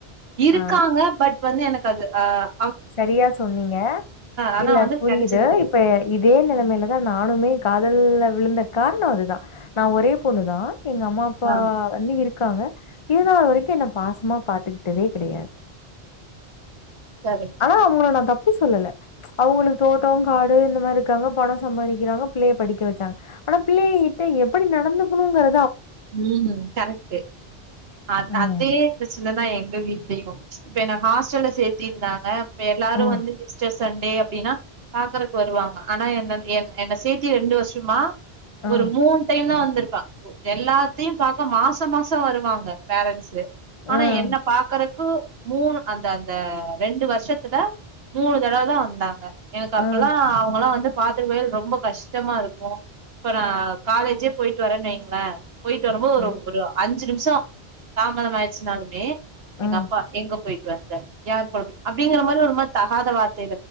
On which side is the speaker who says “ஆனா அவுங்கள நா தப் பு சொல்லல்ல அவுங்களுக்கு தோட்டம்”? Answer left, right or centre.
Left